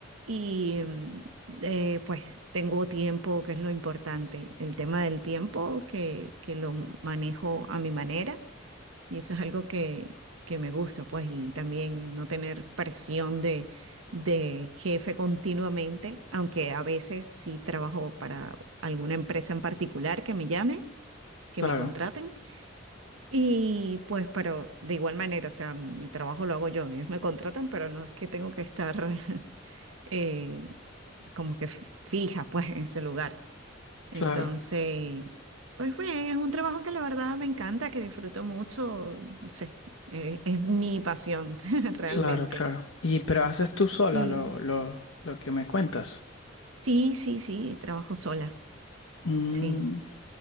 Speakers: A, on the right (about 85°); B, on the left (about 85°).
A: y mm, eh, pues tengo tiempo, que es lo importante. El tema del tiempo, que, que lo manejo a mi manera. Y eso es algo que, que me gusta, pues, y también no tener presión de, de jefe continuamente, aunque a veces sí trabajo para alguna empresa en particular que me llame, que
B: claro,
A: me contraten. Y pues, pero de igual manera, o sea, mi trabajo lo hago yo, ellos me contratan, pero no es que tengo que estar <laughs> eh, como que f- fija, pues, en ese lugar. Entonces,
B: claro,
A: pues bien, es un trabajo que la verdad me encanta, que disfruto mucho, no sé, eh, es mi pasión <laughs> realmente.
B: claro, claro. Y pero haces tú sola
A: Sí,
B: lo, lo, lo que me cuentas.
A: sí, sí, sí, trabajo sola,
B: Mm,
A: sí.